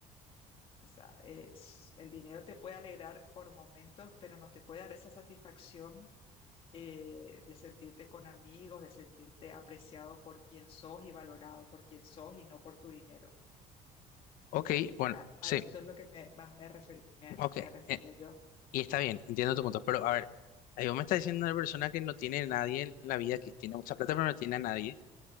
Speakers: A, on the left (about 40°); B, on the left (about 75°).
A: O sea, es- el dinero te puede alegrar por momentos, pero no te puede dar esa satisfacción eh, de sentirte con amigos, de sentirte apreciado por quien sos y valorado por quien sos y no por tu dinero.
B: Ok,
A: Así
B: bueno,
A: que a,
B: sí,
A: a eso es lo que me, más me, refer- me,
B: ok.
A: me refería
B: Eh,
A: yo.
B: Y está bien, entiendo tu punto, pero a ver, ahí vos me estás diciendo una persona que no tiene a nadie en la vida, que tiene mucha plata pero no tiene a nadie.